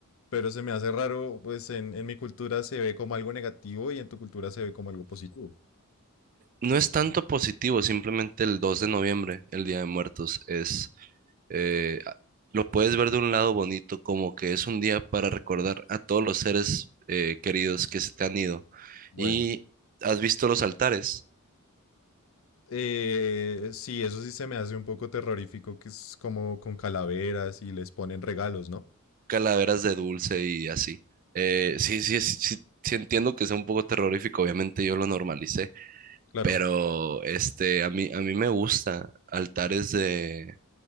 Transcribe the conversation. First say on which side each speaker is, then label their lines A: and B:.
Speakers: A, on the left (about 65°); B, on the right (about 40°).
A: pero se me hace raro, pues en, en mi cultura se ve como algo negativo y en tu cultura se ve como algo positivo.
B: No es tanto positivo, simplemente el 2 de noviembre, el Día de Muertos, es eh, a- lo puedes ver de un lado bonito, como que es un día para recordar a todos los seres eh, queridos que se te han ido.
A: Bueno,
B: Y has visto los altares,
A: eh, sí, eso sí se me hace un poco terrorífico, que es como con calaveras y les ponen regalos, ¿no?
B: calaveras de dulce y así. Eh, sí, sí, sí, sí, sí entiendo que sea un poco terrorífico, obviamente yo lo normalicé,
A: Claro.
B: pero este, a mí, a mí me gusta altares de